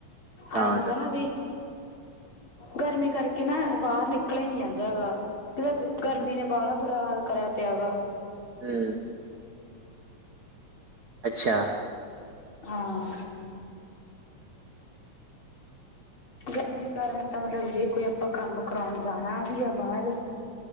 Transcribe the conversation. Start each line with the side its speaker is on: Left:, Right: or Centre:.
Right: ਤਾਂ
Left: ਐਂ ਹੁੰਦਾ
Right: ਕਰਕੇ
Left: ਏ ਨਾ ਬੀ। ਗਰਮੀ ਕਰਕੇ ਨਾ, ਬਾਹਰ ਨਿਕਲਿਆ ਜਾਦਾ ਨੀ ਹੈਗਾ। ਇਕ ਤਾ ਗਰਮੀ
Right: ਹੂੰ
Left: ਨੇ ਬਾਹਲਾ ਬੁਰਾ ਹਾਲ ਕਰਿਆ ਪਿਆ ਗਾ।
Right: ਹੂੰ, ਅੱਛਿਆ।
Left: ਹਾਂ, ਗਰਮੀ ਕਾਰਨ ਤਾ ਮਤਲਬ ਜੇ ਕੋਈ ਆਪਾਂ ਕੰਮ ਕਰਾਣ ਜਾਣਾ ਵੀ ਆ ਬਾਰ